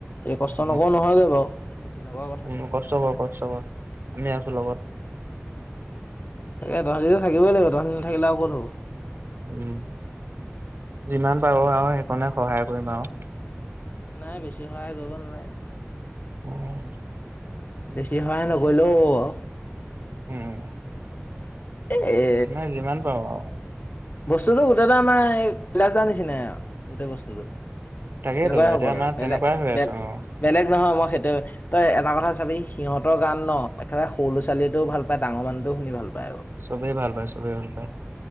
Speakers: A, on the left; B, on the right.
A: এই কষ্ট
B: উম,
A: নকৰও নহয়গৈ বাৰু সেই তেনেকুৱা কথা।
B: উম, কষ্ট কৰ কষ্ট কৰ আমি আছোঁ লগত।
A: তাকে তহঁতিটো থাকই লাগিব তঁহতি নাথাকিলে আৰু ক'ত হ'ব।
B: উম যিমান পাৰোঁ আৰু সেইকণে সহায় কৰিম আৰু।
A: নাই বেছি সহায় কৰিব নালাগে।
B: উম।
A: বেছি সহায় নকৰিলেও হ'ব।
B: উম।
A: এ এ
B: নাই যিমান পাৰো আৰু।
A: বস্তুতটো গোটেইটা আমাৰ এই কলাচাৰ নিচিনাই গোটেই বস্তুটো।
B: তাকেইতো
A: তেনেকুৱাই হ'ব
B: এতিয়া
A: আৰু
B: আমাৰ
A: বেলেগ
B: তেনেকুৱাই হৈ
A: বে
B: আছে অ'।
A: বেলেগ নহয় মই সেইটো তই এটা কথা চাবি সিহঁতৰ গান ন একেবাৰে সৰু ছোৱালীও ভাল পায় ডাঙৰ মানুহটোও শুনি ভাল পায় আৰু।
B: চবেই ভাল পায় চবেই ভাল পায়।